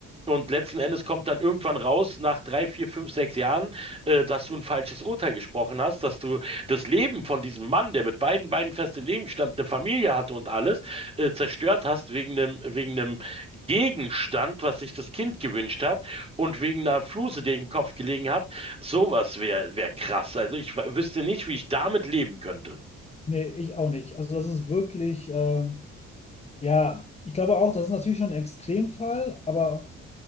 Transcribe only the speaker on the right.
Und letzten Endes kommt dann irgendwann raus, nach drei, vier, fünf, sechs Jahren, äh, dass du ein falsches Urteil gesprochen hast, dass du das Leben von diesem Mann, der mit beiden Beinen fest im Leben stand, eine Familie hatte und alles, äh, zerstört hast wegen einem, wegen einem Gegenstand, was sich das Kind gewünscht hat und wegen einer Fluse, die ihm im Kopf gelegen hat, sowas wäre wär krass. Also ich w- wüsste nicht, wie ich damit leben könnte.